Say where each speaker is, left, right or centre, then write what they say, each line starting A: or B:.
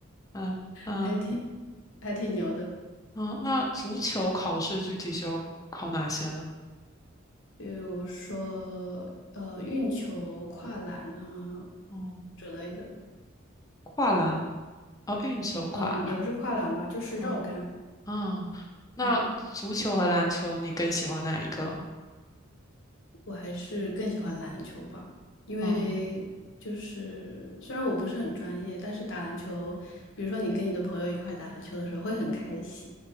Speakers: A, on the left; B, on the left.
A: 嗯嗯
B: 还挺还挺牛的。
A: 嗯，那足球考试具体需要考哪些呢？
B: 比如说，呃，运球、跨栏啊
A: 嗯，
B: 之类的。
A: 跨栏，哦，运球跨栏。
B: 嗯，也不是跨栏吧，就是绕杆。
A: 嗯嗯，那足球和篮球你更喜欢哪一个？
B: 嗯，我还是更喜欢篮球吧，因为就是虽然我不是很专业，
A: 哦
B: 但是打篮球，比如说你跟你的朋友一块打篮球的时候会很开心。